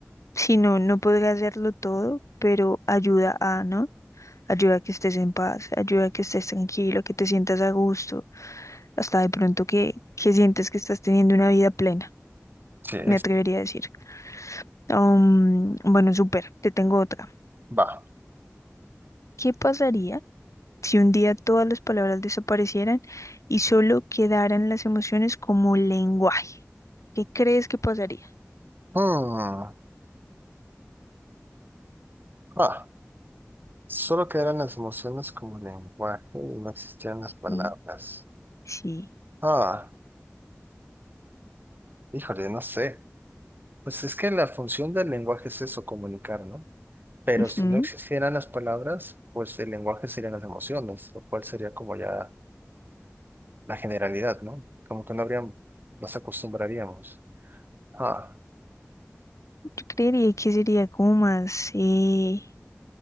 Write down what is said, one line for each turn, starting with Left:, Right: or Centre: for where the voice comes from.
Left: si no, no podrá hacerlo todo, pero ayuda a, ¿no? Ayuda a que estés en paz, ayuda a que estés tranquilo, que te sientas a gusto, hasta de pronto que, que sientes que estás teniendo una vida plena,
Right: Sí, es-
Left: me atrevería a decir. Um, bueno, súper, te tengo otra.
Right: va.
Left: ¿Qué pasaría si un día todas las palabras desaparecieran y solo quedaran las emociones como lenguaje? ¿Qué crees que pasaría?
Right: Mm, ah, solo quedaron las emociones como lenguaje y no existían las palabras.
Left: Y- Sí.
Right: Ah, híjole, no sé. Pues es que la función del lenguaje es eso, comunicar, ¿no? Pero
Left: ujú.
Right: si no existieran las palabras, pues el lenguaje serían las emociones, lo cual sería como ya la generalidad, ¿no? Como que no habríamos nos acostumbraríamos. Ah,
Left: Yo creería que sería como más, eh,